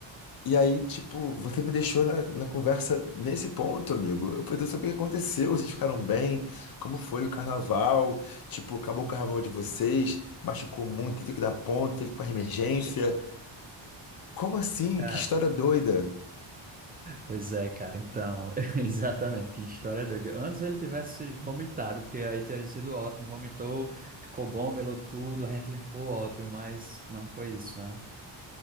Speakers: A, on the left; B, on the right.
A: E aí, tipo, você me deixou na, na conversa nesse ponto, amigo. Eu poderia saber o que aconteceu, vocês ficaram bem, como foi o carnaval, tipo, acabou o carnaval de vocês, machucou muito, teve que dar ponto, teve que ir pra emergência. Como assim?
B: Cara,
A: Que história doida.
B: pois é, cara, então, <laughs> exatamente, que história doida. Antes ele tivesse vomitado, porque aí teria sido ótimo, vomitou, ficou bom, melou tudo, a gente limpou, ótimo, mas não foi isso, né?